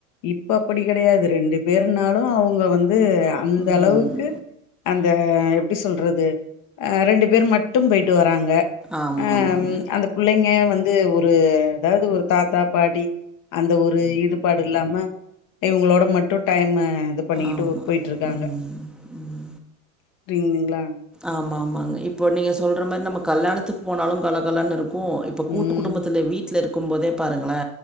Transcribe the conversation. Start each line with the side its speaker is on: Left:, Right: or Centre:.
Left: இப்ப அப்டி கெடையாது ரெண்டு பேருனாலு அவங்க வந் து அந்த
Centre: ம்
Left: அளவுக்கு அந் த எப்டி சொல்றது ரெண்டு பேர் மட்டும் போயிட்டு வராங்க.
Centre: ஆமா
Left: அம்
Centre: ஆமாங்க.
Left: அந்த பிள்ளைங்க வந்து ஒரு அதாது ஒரு தாத்தா பாடி அந்த ஒரு ஈடுபாடு இல்லாம இவுங்களோட மட்டு டைமு இது பண்ணிகிட்டு
Centre: ஆமா
Left: போயிட்டுருக்காங்க.
Centre: ம் ம்
Left: புரியுங்குங்ளா
Centre: ஆமா ஆமாங்க இப்போ நீங்க சொல்ற மாரி நம்ப கல்யாணத்துக் போனாலும் கல கலனு இரு கு இப்ப கூட்டு
Left: ம்.
Centre: குடும்பத்தில வீட்ல இருக் கும் போதே பாருங்களே